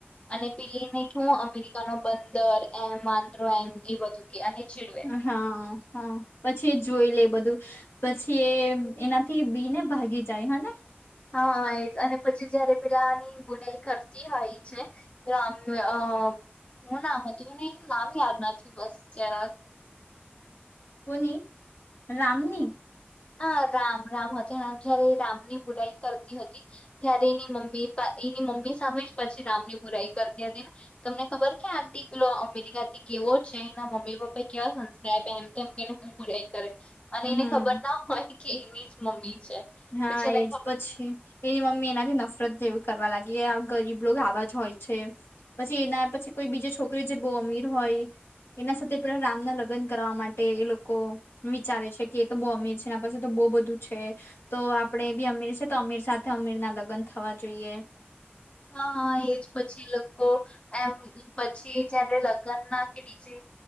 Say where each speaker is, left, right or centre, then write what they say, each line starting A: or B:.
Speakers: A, on the left; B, on the left.
A: અને પેલીને કે હું અમેરિકા નો બંદર એમ વાંદરો એમ એ બધું કે અને ચીડવે
B: હાઆ હા પછી એ જોઈ લે એ બધું. પછી એ એનાથી બી ને ભાગી જાય <unintelligible>
A: હા એજ અને પછી જયારે પેલાની બુરાઈ કરતી હોય છે તો આમ અ હું નામ હતું મને એનું નામ યાદ નથી બસ જરાક.
B: કોની? રામની?
A: હા રામ રામ <unintelligible> જયારે એ રામની બુરાઈ કરતી હતી ત્યારે એની મમ્મી એની ની મમ્મી સામે જ પછી રામની બુરાઈ કરતી હતી ને. તમને ખબર છે આંટી પેલો અમિત <unintelligible> કેવો છે એના મમ્મી પપ્પા એ કેવા સંસ્કાર આપ્યા એમ તેમ કઈને બુરાઈ કરે. અને
B: હમ
A: એને ખબર ના હોય કે એની જ મમ્મી. છે
B: હા
A: પછી એને
B: એજ
A: ખબર
B: પછી એની મમ્મી એનાથી નફરત જેવ કરવા લાગી આમ ગરીબ લોગ આવા જ હોય છે, પછી એના પછી કોઈ બીજે છોકરી જે બઉ અમીર હોય. <unintelligible> એના સાથે પેલા રામના લગન કરાવા માટે એ લોકો વિચારે છે, કે એ તો બઉ અમીર છે, એના પાસે તો બો બધું છે તો આપડે બી અમીર છે તો અમીર સાથે અમીર ના લગ્ન થવા જોઈએ બો
A: હા હા એજ પછી લોકો એમ પછી પછી જયારે લગ્ન ના કે ડીજે